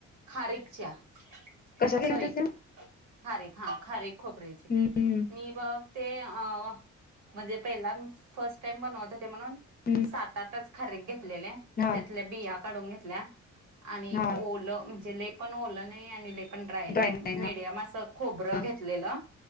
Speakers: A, on the right; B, on the left.
A: खारीकच्या.
B: कशा
A: अ
B: केल्या
A: सॉरी
B: होत्यास त्या?
A: खारीक, हा खारीक खोबऱ्याची
B: हम्म
A: मी ब ते अ म्हणजे पहिला मी फर्स्ट टाइम बनवत होते म्हणून.
B: हम्म
A: सात आटच खारीक घेतलेल्या
B: हा
A: त्यातल्या बिया काढून घेतल्या आणि
B: हा
A: ओ ल म्हणजे लयी पण ओल नही आणि लयी पण ड्राय नही
B: नाही
A: मिडीयम
B: हा
A: असं खोबरं
B: हा
A: घेतलेलं